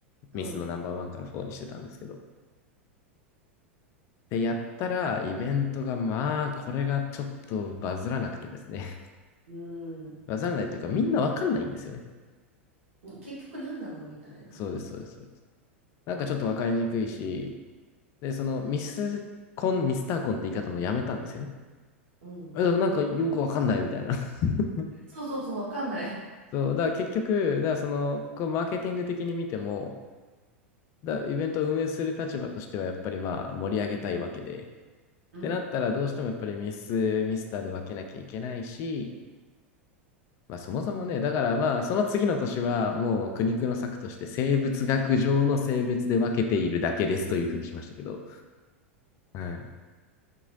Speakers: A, on the right; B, on the left.
A: うん、
B: ミスのナンバーワンからフォーにしてたんですけど。で、やったら、イベントが、まあ、これがちょっとバズらなくてですね。<laughs>
A: うん。
B: バズらないというか、みんなわかんないんですよね。
A: 結局何なのみたいな。
B: そうです、そうです、そうです。なんかちょっとわかりにくいし、で、そのミスコン、ミスターコンって言い方もやめたんですよね。
A: うん。
B: <laughs> だからなんかよくわかんないみたいな。<laughs>
A: そうそうそう、わかんない。
B: そう、だから結局、だからその、こうマーケティング的に見ても、だイベントを運営する立場としてはやっぱりまあ盛り上げたいわけで、っ
A: うん。
B: てなったらどうしてもやっぱりミス、ミスターで分けなきゃいけないし、まあそもそもね、だからまあその次の年はもう苦肉の策として生物学上の性別で分けているだけですというふうにしましたけど、はい。